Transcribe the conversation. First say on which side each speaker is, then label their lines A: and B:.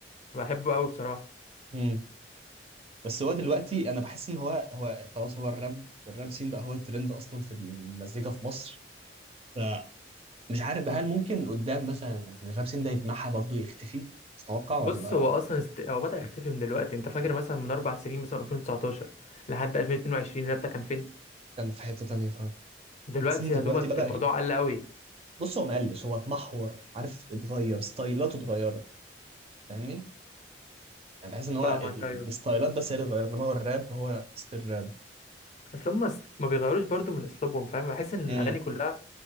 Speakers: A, on the left; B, on the right.
A: بحبه قوي بصراحه
B: امم بس هو دلوقتي انا بحس ان هو هو خلاص هو الراب الراب سين بقى هو الترند اصلا في المزيكا في مصر فمش عارف بقى هل ممكن قدام مثلا الراب سين ده يتمحى برضه يختفي تتوقع ولا
A: بص هو اصلا است... هو بدأ يختفي من دلوقتي انت فاكر مثلا من اربع سنين مثلا 2019 لحد 2022 رابطه كان فين
B: كان في حتة تانية فاهم
A: دلوقتي
B: بس إن دلوقتي
A: يا دوبك
B: بدأ
A: الموضوع
B: ي-
A: قل قوي
B: بص هو مقلش هو اتمحور عارف اتغير ستايلاته اتغيرت فاهمني؟ يعني بحس ان هو
A: فاهمك
B: ال-
A: ايوه
B: الستايلات بس هي اللي اتغيرت انما هو الراب هو ستيل راب
A: اصل هم است... ما بيغيروش برضو من اسلوبهم فاهم بحس ان
B: امم
A: الاغاني كلها